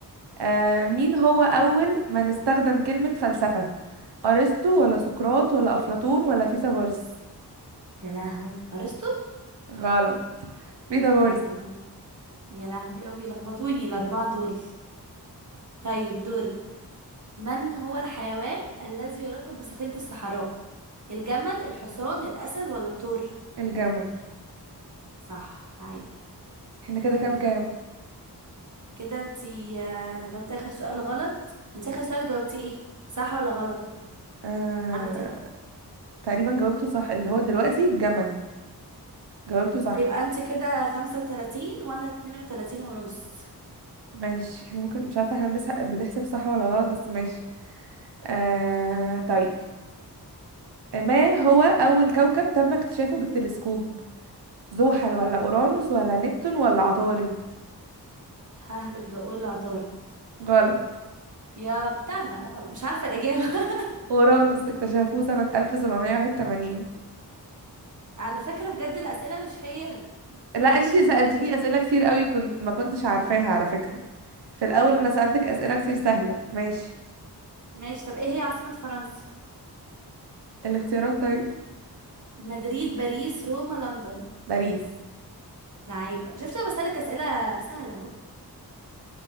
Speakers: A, on the right; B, on the right.
A: آه مين هو أول من استخدم كلمة فلسفة أرسطو ولا سقراط ولا أفلاطون ولا فيثاغورس
B: يا لهوي ارسطو
A: غلط فيثاغورس
B: كنت عارفة انا يا لهوي يا بيلخبطوني الاربعة دول طيب دورك من هو الحيوان الذي يراقب بسفينة الصحراء الجمل الحصان الاسد ولا الثور
A: الجمل
B: صح لعيب
A: احنا كده كام
B: دورك
A: كام
B: كده انت آه، انا جاوبت اخر سؤال غلط انت اخر سؤال جاوبتي ايه صح ولا غلط
A: آه...
B: عندي
A: تقريبا جاوبته صح اللي هو دلوقتي الجمل جاوبته صح
B: ده يبقى انت كده 35 وانا 32 ونص
A: ماشي احنا ممكن مش عارفة احنا بنسحق... بنحسب صح ولا غلط بس ماشي آه... طيب ما هو أول كوكب تم اكتشافه بالتلسكوب زحل ولا أورانوس ولا نبتون ولا عطارد
B: ههبط بقول عطارد
A: غلط
B: يا كنت عارفة انا غلط مش عارفة الإجابة <laughs>
A: أورانوس اكتشفوه سنة 1781
B: على فكرة بجد الأسئلة مش فير بس
A: لا
B: ماشي
A: انتي سألتيني أسئلة كتير قوي كنت ما كنتش عارفاها على فكرة في الأول
B: طيب
A: أنا سألتك أسئلة كتير سهلة ماشي
B: ماشي طب ايه هي عاصمة فرنسا
A: الاختيارات طيب
B: مدريد باريس روما لندن
A: باريس
B: لعيبة شفت انا بسألك أسئلة سهلة اهو